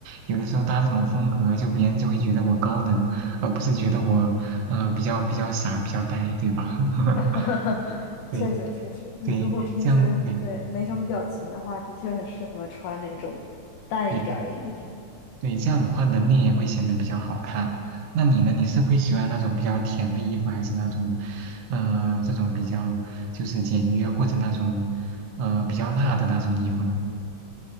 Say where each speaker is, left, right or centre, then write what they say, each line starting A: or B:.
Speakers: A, on the right; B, on the left.
A: 有的时候搭这种风格，就别人就会觉得我高冷，而不是觉得我呃比较比较傻、比较呆，对吧？<laughs>
B: <laughs> 哈哈，确实确实，
A: 对
B: 你如果平时对没什么表情的话，
A: 对，这样对，嗯
B: 的确很适合穿那种淡一点儿的衣服。
A: 对对，这样的话人脸也会显得比较好看。那你呢？你是会喜欢那种比较甜的衣服，还是那种呃这种比较就是简约或者那种呃比较辣的那种衣服呢？